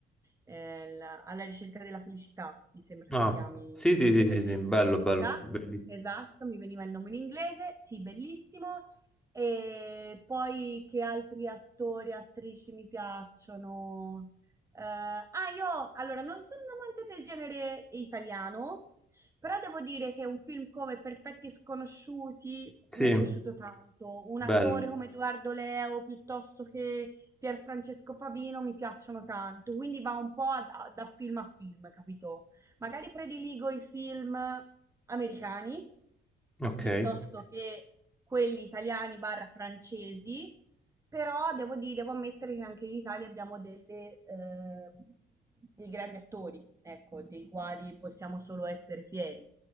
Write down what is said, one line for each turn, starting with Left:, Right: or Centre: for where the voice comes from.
Right: eh, la- Alla ricerca della felicità, mi sembra
Centre: Ah,
Right: si chiami,
Centre: sì, sì, sì, sì,
Right: La ricerca
Centre: sì, bello,
Right: della felicità.
Centre: bello, bellissimo.
Right: Esatto, mi veniva il nome in inglese, sì, bellissimo. E poi che altri attori e attrici mi piacciono? Eh, ah, io allora non sono un amante del genere italiano, però devo dire che un film come Perfetti Sconosciuti
Centre: Sì,
Right: mi è piaciuto tanto. Un
Centre: bello.
Right: attore come Edoardo Leo piuttosto che Pierfrancesco Favino mi piacciono tanto. Quindi va un po' a- da film a film, capito? Magari prediligo i film americani
Centre: Ok.
Right: piuttosto che quelli italiani barra francesi però devo dire, devo ammettere che anche in Italia abbiamo delle, eh, dei grandi attori, ecco, dei quali possiamo solo essere fieri.